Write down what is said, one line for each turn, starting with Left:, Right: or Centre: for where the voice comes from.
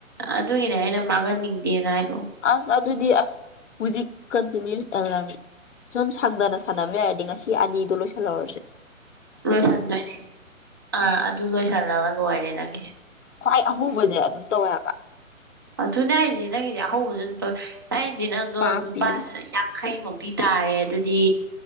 Right: ꯑꯗꯨꯒꯤꯅꯦ ꯑꯩꯅ ꯃꯥꯡꯍꯟ ꯅꯤꯗꯦ ꯅꯥꯏꯣ
Left: ꯑꯁ ꯑꯗꯨꯗꯤ ꯑꯁ ꯍꯧꯖꯤꯛ ꯀꯟꯇꯤꯅ꯭ꯌꯨ ꯑꯦꯂꯥꯔꯝ ꯁꯨꯝ ꯁꯟꯗꯅ ꯁꯥꯟꯅꯕ ꯌꯥꯔꯗꯤ ꯉꯁꯤ ꯑꯅꯤꯗꯣ ꯂꯣꯏꯁꯤꯜꯍꯧꯔꯁꯦ
Right: ꯂꯣꯏꯁꯟꯗꯣꯏꯅꯦ ꯑꯥ ꯑꯗꯨ ꯂꯣꯏꯁꯜꯂꯒ ꯂꯣꯏꯔꯦ ꯅꯪꯒꯤ
Left: ꯈ꯭ꯋꯥꯏ ꯑꯍꯨꯕꯁꯦ ꯑꯗꯨꯝ ꯇꯧꯋꯦꯕ
Right: ꯑꯗꯨ ꯑꯗꯨꯅ ꯍꯥꯏꯖꯦ ꯅꯪꯒꯤꯁꯦ ꯑꯍꯧꯕꯁꯨ ꯑꯗꯨꯝ ꯇꯧꯋꯦ ꯑꯩꯅꯗꯤ ꯅꯪꯗꯣ
Left: ꯄꯥꯞꯄꯤ
Right: ꯂꯨꯄꯥ ꯌꯥꯡꯈꯩꯃꯨꯛꯇ ꯤ ꯇꯥꯔꯦ ꯑꯗꯨꯗꯤ